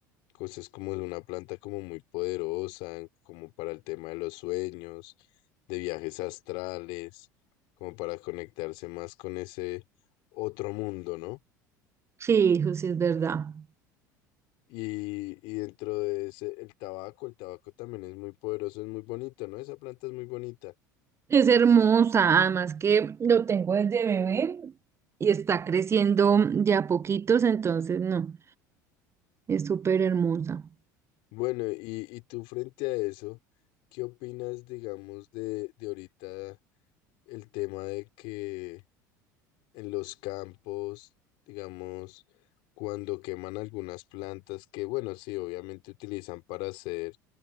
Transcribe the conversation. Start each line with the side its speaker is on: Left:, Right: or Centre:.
Left: cosas como es una planta como muy poderosa, como para el tema de los sueños, de viajes astrales, como para conectarse más con ese otro mundo, ¿no?
Right: Sí, eso sí es verdad.
Left: Y, y dentro de ese, el tabaco, el tabaco también es muy poderoso, es muy bonito, ¿no? Esa planta es muy bonita.
Right: Es hermosa, además que lo tengo desde bebé y está creciendo ya poquitos, entonces no, es súper hermosa.
Left: Bueno, y, y tú frente a eso, ¿qué opinas, digamos, de, de ahorita el tema de que en los campos, digamos, cuando queman algunas plantas que, bueno, sí, obviamente utilizan para hacer